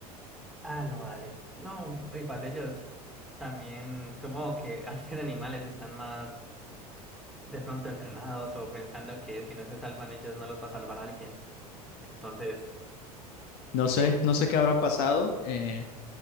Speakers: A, in the centre; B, on the left.
A: Ah, no, dale. No, o igual ellos también, supongo que <laughs> al ser animales están más de pronto entrenados o pensando que si no se salvan ellos no los va a salvar alguien. Entonces,
B: No sé,
A: Sí.
B: no sé qué habrá pasado. eh,